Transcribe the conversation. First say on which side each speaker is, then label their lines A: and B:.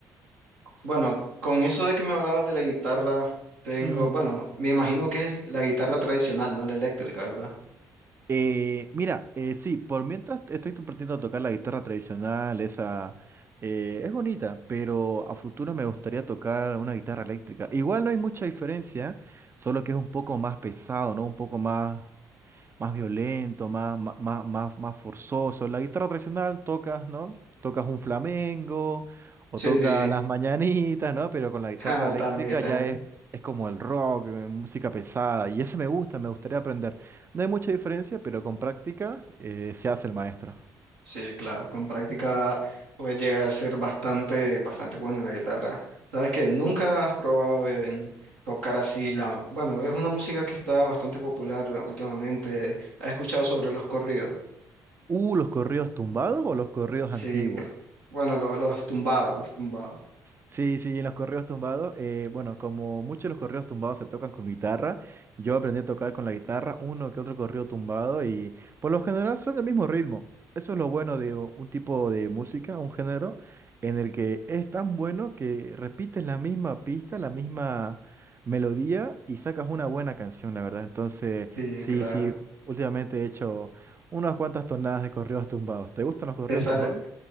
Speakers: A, on the right; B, on the right.
A: Bueno, con eso de que me hablabas de la guitarra, tengo,
B: Mm.
A: bueno, me imagino que es la guitarra tradicional, no la eléctrica, ¿verdad?
B: Eh, mira, eh, sí, por mientras estoy aprendiendo a tocar la guitarra tradicional, esa eh, es bonita, pero a futuro me gustaría tocar una guitarra eléctrica. Igual no hay mucha diferencia, solo que es un poco más pesado, ¿no? Un poco más más violento, más, más, más, más- más forzoso. La guitarra tradicional tocas, ¿no? Tocas un flamengo o
A: Sí,
B: tocas las mañanitas, ¿no? Pero con la guitarra
A: <laughs> ah,
B: eléctrica
A: también, también.
B: ya es, es como el rock, eh, música pesada. Y ese me gusta, me gustaría aprender. No hay mucha diferencia, pero con práctica eh, se hace el maestro.
A: Sí, claro, con práctica puedes llegar a ser bastante, bastante bueno en la guitarra. ¿Sabes que Nunca has probado en tocar así la, bueno, es una música que está bastante popular últimamente. ¿Has escuchado sobre los corridos?
B: Uh, ¿los corridos tumbados o los corridos
A: Sí,
B: antiguos?
A: que- bueno, los, los tumbados, los tumbados.
B: Sí, sí, en los correos tumbados, eh, bueno, como muchos de los correos tumbados se tocan con guitarra, yo aprendí a tocar con la guitarra uno que otro correo tumbado y por lo general son el mismo ritmo. Eso es lo bueno de u- un tipo de música, un género, en el que es tan bueno que repites la misma pista, la misma melodía y sacas una buena canción, la verdad. Entonces,
A: Sí,
B: sí,
A: claro.
B: sí, últimamente he hecho unas cuantas tonadas de correos tumbados. ¿Te gustan los correos
A: Te sale.
B: tumbados?